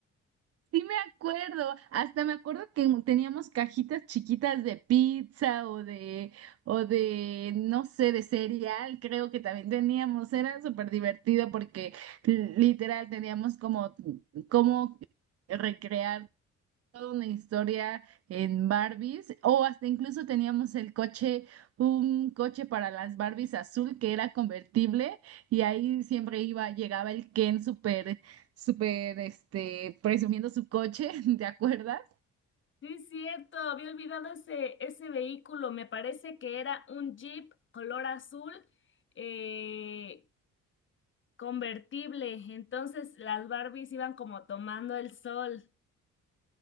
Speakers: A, on the right; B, on the left.
A: Sí me acuerdo, hasta me acuerdo que teníamos cajitas chiquitas de pizza o de, o de, no sé, de cereal, creo que también teníamos, era súper divertido porque l- literal teníamos como, como recrear una historia en Barbies o hasta incluso teníamos el coche, un coche para las Barbies azul que era convertible y ahí siempre iba, llegaba el Ken súper, súper, este, presumiendo su coche, <laughs> ¿te acuerdas?
B: Sí, es cierto, había olvidado ese, ese vehículo, me parece que era un Jeep color azul eh, convertible, entonces las Barbies iban como tomando el sol.